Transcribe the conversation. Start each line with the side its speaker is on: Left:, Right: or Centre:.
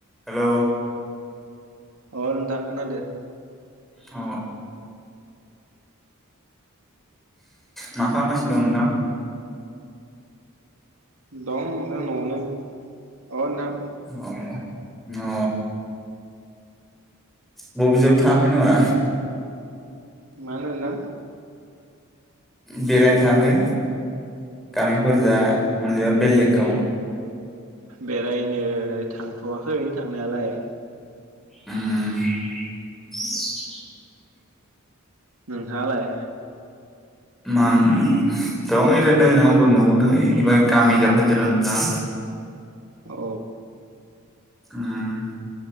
Centre: Hello
Right: अ नोंथां खोनादों
Centre: अ मा खालामगासिनो दं नोंथां?
Right: दं नोंथां न'वानो औ नोंथां
Centre: अ अ बबे जौबथाङाखै नामा?
Right: मानोना
Centre: बेरायनो थाङाखै गामिफोरजा <unintelligible> बेलेगाव
Right: बेरायनो थांथ थवाखै थांनायालाय
Centre: उम <inaudible>
Right: नोंहालाय
Centre: <unintelligible> दं ओरैनो आंबो नआवनो ओइ बाइ गामिजा फायदो र नोंथां
Right: अ
Centre: ओम